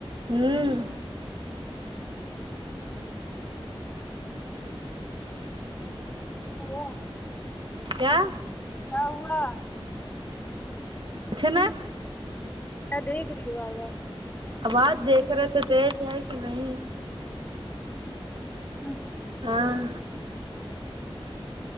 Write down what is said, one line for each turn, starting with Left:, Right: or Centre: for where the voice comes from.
Right: ہمم
Left: <unintelligible>
Right: کیا
Left: کیا ہوا
Right: سنو
Left: میں دیکھ ری ہوں بار بار
Right: آواز دیکھ رہے تھے تیز ہے کہ نہیں
Left: ہاں
Right: ہاں